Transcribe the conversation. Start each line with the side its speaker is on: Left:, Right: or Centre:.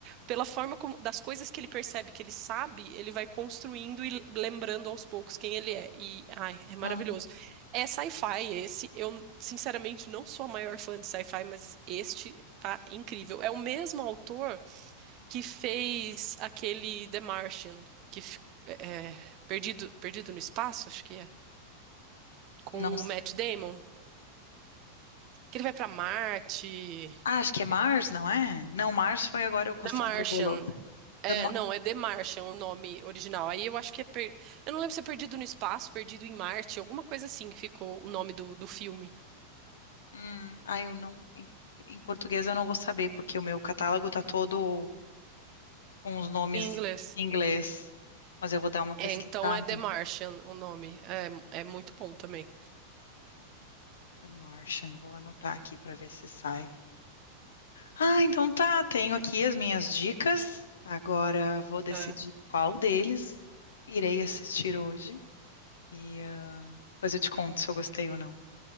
Right: pela forma como, das coisas que ele percebe que ele sabe, ele vai construindo e lembrando aos poucos quem ele é. E ai, é maravilhoso.
Left: Ah,
Right: É sci-fi esse. Eu sinceramente não sou a maior fã de sci-fi, mas este tá incrível. É o mesmo autor que fez aquele The Martian, que fi- é, é, Perdido, Perdido no Espaço, acho que é com
Left: não, s-
Right: o Matt Damon, que ele vai pra Marte.
Left: ah, acho que é Mars, não é? Não, Mars foi agora com
Right: The
Left: a Sandra
Right: Martian.
Left: Bullock.
Right: É,
Left: The Ma-
Right: não, é The Martian o nome original. Aí eu acho que é. per- Eu não lembro se é Perdido no Espaço, Perdido em Marte, alguma coisa assim que ficou o nome do, do filme
Left: Hum, ah, eu não. Em, em português eu não vou saber, porque o meu catálogo tá todo com os nomes
Right: em inglês.
Left: em inglês. Mas eu vou dar uma pesquisada.
Right: É, então é The Martian o nome. É, é muito bom também.
Left: The Martian, vou anotar aqui para ver se sai. Ah, então tá, tenho aqui as minhas dicas. Agora vou decidir
Right: É.
Left: qual deles irei assistir hoje. E ah, depois eu te conto se eu gostei ou não.